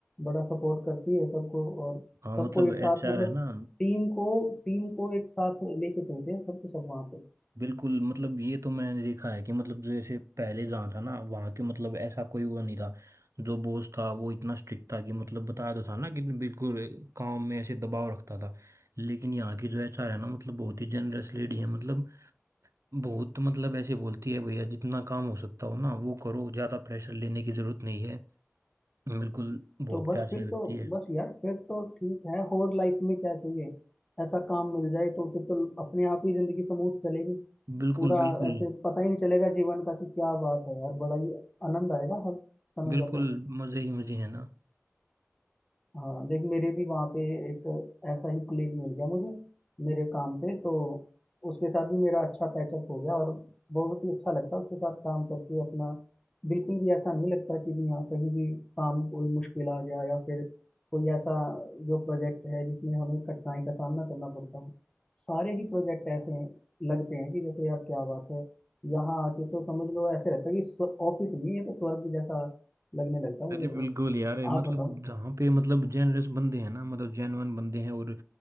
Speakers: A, on the left; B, on the right.
A: बड़ा सपोर्ट करती है सबको और
B: हाँ
A: सबको
B: मतलब
A: एक
B: एचआर
A: साथ मतलब
B: है ना
A: टीम को टीम को एक साथ लेके चलते हैं सबके सब वहाँ पे
B: बिल्कुल मतलब ये तो मैंने देखा है कि मतलब जैसे पहले जहाँ था ना वहाँ के मतलब ऐसा कोई वो नहीं था जो बॉस था वो इतना स्ट्रिक्ट था कि मतलब बताया तो था ना कि बिल्कुल काम में ऐसे दबाव रखता था लेकिन यहाँ की जो एचआर है ना मतलब बहुत ही जनरस लेडी है मतलब बहुत मतलब ऐसे बोलती है भैया जितना काम हो सकता हो ना वो करो ज़्यादा प्रेशर लेने की ज़रूरत नहीं है बिल्कुल बहुत
A: तो बस
B: प्यार से
A: फिर तो
B: रखती है
A: बस यार फिर तो ठीक है और लाइफ में क्या चाहिए ऐसा काम मिल जाए तो फिर तो अपने आप ही जिंदगी स्मूथ चलेगी
B: बिल्कुल
A: पूरा
B: बिल्कुल
A: ऐसे पता ही नहीं चलेगा जीवन का कि क्या बात है यार बड़ा ही आनंद आएगा हर समय
B: बिल्कुल
A: का तो
B: मज़े ही मज़े है ना
A: हाँ देख मेरे भी वहाँ पे एक ऐसा ही कलीग मिल गया मुझे मेरे काम पे तो उसके साथ भी मेरा अच्छा पैचअप हो गया और बहुत ही अच्छा लगता है उसके साथ काम करके अपना बिल्कुल भी ऐसा नहीं लगता कि भी हाँ कहीं भी काम कोई मुश्किल आ गया या फिर कोई ऐसा जो प्रोजेक्ट है जिसमें हमें कठिनाई का सामना करना पड़ता हो सारे ही प्रोजेक्ट ऐसे हैं लगते हैं कि जैसे यार क्या बात है यहाँ आके तो समझ लो ऐसे लगता है कि स्व- ऑफिस नहीं है ये तो स्वर्ग जैसा लगने लगता है
B: अरे
A: मुझे
B: बिल्कुल
A: वो
B: यार ये मतलब
A: आप बताओ
B: जहाँ पे मतलब जेनरस बंदे हैं ना मतलब जेनवन बंदे हैं और